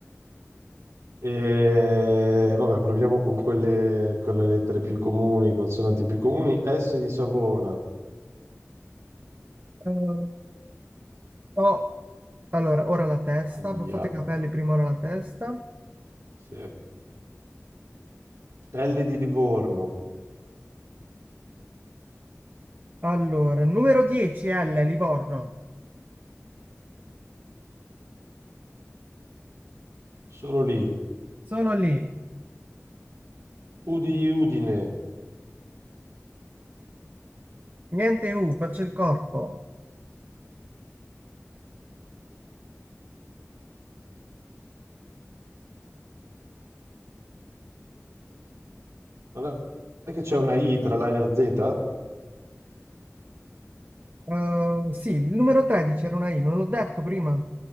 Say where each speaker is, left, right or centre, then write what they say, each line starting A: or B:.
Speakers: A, on the right (about 80°); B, on the right (about 40°).
A: E vabbè, proviamo con quelle, con le lettere più comuni, consonanti più comuni. S di Savona,
B: Eh, no. Allora, ora la testa.
A: Aia,
B: Abbiamo fatto i capelli, prima ora la testa.
A: sì. L di Livorno,
B: Allora, numero 10, L, Livorno.
A: solo lì.
B: Sono lì.
A: U di Udine,
B: Niente U, faccio il corpo.
A: non è che c'è una I tra la L e la Z?
B: Eh, sì, il numero 13 era una I, non l'ho detto prima.